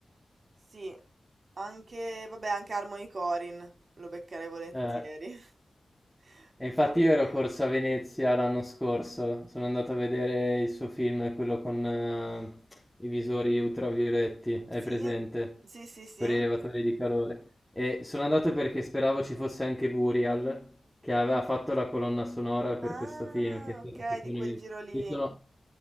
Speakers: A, on the right (about 65°); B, in the centre.
A: sì, anche, vabbè, anche Harmony Corin lo beccherei volentieri.
B: Eh.
A: <laughs>
B: E infatti io ero corso a Venezia l'anno scorso, sono andato a vedere il suo film, quello con eh, i visori ultravioletti, hai
A: Sì,
B: presente?
A: sì, sì, sì.
B: Con i rilevatori di calore. E sono andato perché speravo ci fosse anche Burial, che aveva fatto la colonna sonora per
A: Ah,
B: questo film, che è stato
A: ok,
B: tipo
A: di
B: un
A: quel
B: evento-
A: giro lì.
B: Io sono